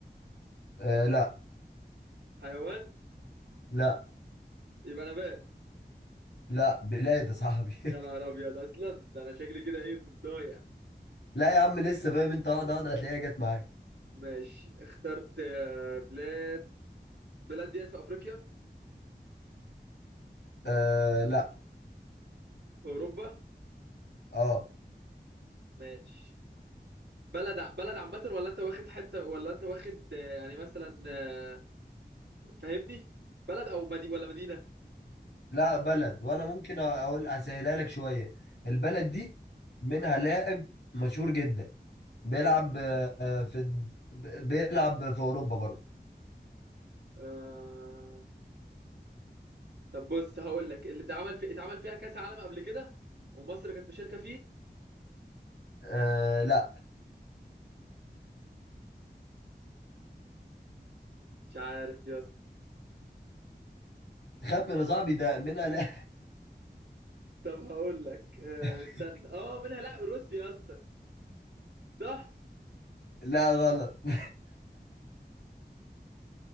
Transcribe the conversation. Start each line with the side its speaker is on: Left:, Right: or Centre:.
Left: آه لا
Right: حيوان
Left: لا
Right: يبقى نبات
Left: لا بلاد يا صاحبي <laughs>
Right: يا نهار ابيض اصلا ده انا شكلي كده ايه في الضايع
Left: لا يا عم لسه فاهم انت واحدة واحدة هتلاقيها جت معاك
Right: ماشي اخترت آه، بلاد بلاد ديت في افريقيا
Left: آه لا
Right: في اوروبا
Left: اه
Right: ماشي بلد ع- بلد عامة ولا انت واخد حتة ولا انت واخد آه، يعني مثلا آه، فاهمني بلد او مدي ولا مدينة
Left: لا بلد وانا ممكن اقول اسهلها لك شويه البلد دي منها لاعب مشهور جدا بيلعب آه، في بيلعب في اوروبا برضه
Right: آه... طب بص هقول لك اللي اتعمل في اتعمل فيها كاس عالم قبل كده ومصر كانت مشاركة فيه
Left: أه لا
Right: مش عارف يا اسطى
Left: خمن يا صاحبي ده منها لا
Right: طب هقول لك آه...
Left: <laughs>
Right: استنى اه منها لا روسيا يا اسطى صح
Left: لا غلط <laughs>